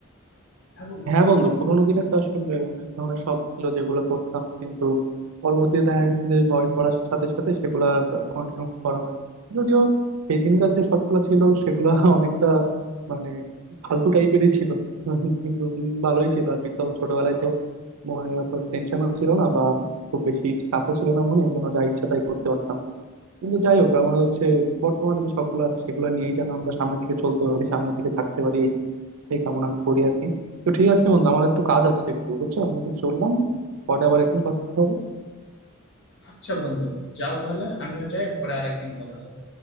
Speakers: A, on the left (about 60°); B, on the right (about 80°).
A: হ্যাঁ বন্ধু,
B: হ্যাঁ বন্ধু পুরোনো দিনে তো আসলে অনেক ধরনের শখ ছিল যেগুলো করতাম কিন্তু পরবর্তীতে দেখা গেছে যে বয়স বাড়ার সাথে সাথে সেগুলো আর কন্টিনিউ করা হয়নি যদিও সেই দিনকার যে শখগুলো ছিল সেগুলো <laughs> অনেকটা মানে ফালতু টাইপেরই ছিল কিন্তু উম ভালোই ছিল আর কি তো ছোটবেলায় তো মনে অত টেনশনও ছিল না বা খুব বেশি চাপও ছিল না মনে এই জন্য যা ইচ্ছা তাই করতে পারতাম কিন্তু যাই হোক আমার হচ্ছে বর্তমানে যে সবগুলো আছে সেগুলো নিয়েই যেন আমরা সামনের দিকে চলতে পারি সামনের দিকে থাকতে পারি এই এই কামনা করি আর কি তো ঠিক আছে বন্ধু আমার একটু কাজ আছে একটু বুঝছো আমি একটু চললাম পরে আবার একদিন কথা হবে
A: আচ্ছা বন্ধু যাও তাহলে আমিও যাই পরে আরেকদিন কথা হবে